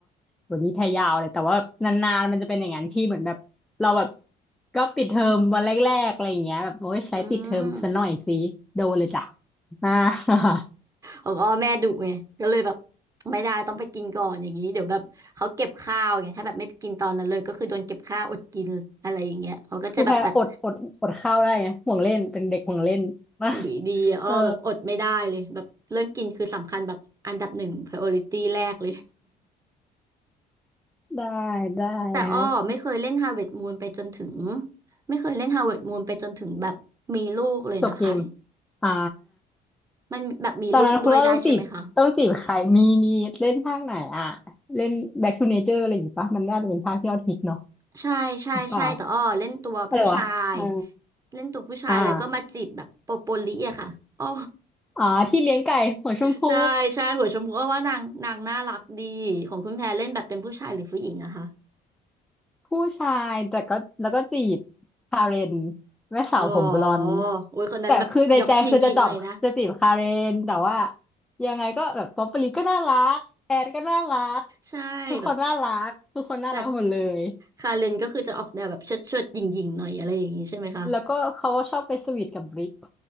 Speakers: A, in the centre; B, on the right.
A: วันนี้แพยาวเลย แต่ว่านานๆมันจะเป็นอย่างนั้นที่เหมือนแบบเราแบบก็ปิดเทอมวันแรกๆอะไรอย่างเงี้ยแบบโอ้ยใช้ปิดเทอมซะหน่อยสิโดนเลยจ้ะ
B: อืม
A: <laughs> อ่า <laughs>
B: ของอ้อแม่ดุไงก็เลยแบบไม่ได้ต้องไปกินก่อนอย่างนี้เดี๋ยวแบบเขาเก็บข้าวไงถ้าแบบไม่ไปกินตอนนั้นเลยก็คือโดนเก็บข้าวอดกินอะไรอย่างเงี้ยเขาก็จะแบบดัด
A: คือแพรอดอดอดข้าวได้ไงห่วงเล่นเป็นเด็กห่วงเล่นนะ
B: หวีดีอะอ้อแบบอดไม่ได้เลยแบบเรื่องกินคือสำคัญแบบอันดับหนึ่ง
A: <laughs> เออ
B: priority แรกเลย
A: ได้ได้ครับ
B: แต่อ้อไม่เคยเล่น Harvest Moon ไปจนถึงไม่เคยเล่น Harvest Moon ไปจนถึงแบบมีลูกเลยนะคะ
A: จบเกม อ่า
B: มันแบบมีลูกด้วยได้ใช่ไหมคะ
A: ตอนนั้นคุณว่าต้องจีบต้องจีบใครมีมีเล่นภาคไหนอ่ะเล่น Back to Nature อะไรอย่างงี้ปะมันน่าจะเป็นภาคที่ยอดฮิตเนาะ
B: ใช่ใช่ใช่แต่อ้อเล่นตัวผู้ชาย
A: หรือเปล่าอะไรวะเอ่า
B: เล่นตัวผู้ชายแล้วก็มาจีบแบบโปโปลิอะค่ะอ้อ
A: อ่า อ๋อที่เลี้ยงไก่หัวชมพู
B: <laughs> ใช่ใช่หัวชมพูอ้อว่านางนางน่ารักดีของคุณแพรเล่นแบบเป็นผู้ชายหรือผู้หญิงอะคะ
A: ผู้ชายแต่ก็แล้วก็จีบคาเรนแม่สาวผมบลอนด์
B: อ๋อโอ้ยคนนั้นแบบหยอกหยิ่งๆเลยนะ
A: แต่คือในใจคือจะจอบจะจีบคาเรนแต่ว่ายังไงก็แบบป๊อปปลีก็น่ารักแอนก็น่ารัก
B: ใช่แบบ
A: ทุกคนน่ารักทุกคนน่ารักหมดเลย
B: แต่คาเรนก็คือจะออกแนวแบบเชิดเชิดหยิ่งยิงๆหน่อยอะไรอย่างนี้ใช่ไหมคะ
A: แล้วก็เขาก็ชอบไปสวีทกับบริก